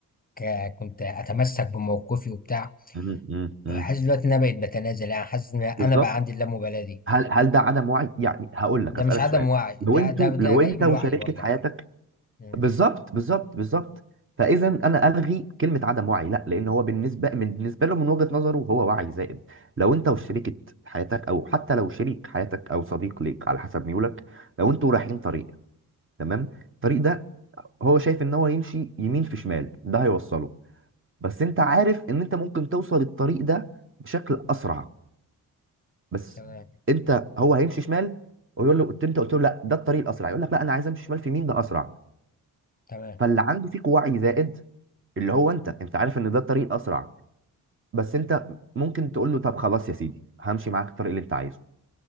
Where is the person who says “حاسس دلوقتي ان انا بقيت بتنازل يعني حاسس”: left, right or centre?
Left